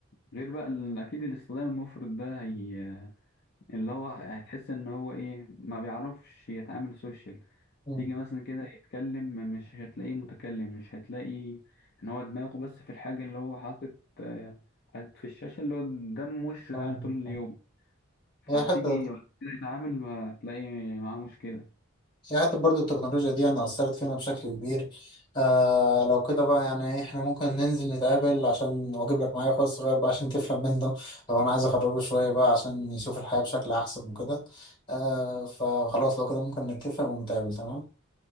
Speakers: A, on the left (about 50°); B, on the left (about 25°).
A: غير بقى ال- اكيد الاستخدام المفرط ده هي اللي هو هتحس ان هو ايه ما بيعرفش يتعامل سوشيال
B: مم.
A: تيجي مثلا كده يتكلم مش هتلاقيه متكلم مش هتلاقي ان هو دماغه بس في الحاجه اللي هو حاطط آه، حاطط في الشاشه اللي هو قدام وشه
B: تمام.
A: يعني طول اليوم فتيجي
B: هي حتة
A: بعد كده يتعامل هتلاقي معاه مشكله
B: هي حتى برضو التكنولوجيا دي أنا أثرت فينا بشكل كبير آه لو كده بقى يعني إحنا ممكن ننزل نتقابل عشان وأجيب لك معايا أخويا الصغير بقى عشان تفهم منه لو أنا عايز أخرجه شوية بقى عشان يشوف الحياة بشكل أحسن وكده آه فخلاص لو كده ممكن نتفق ونتقابل تمام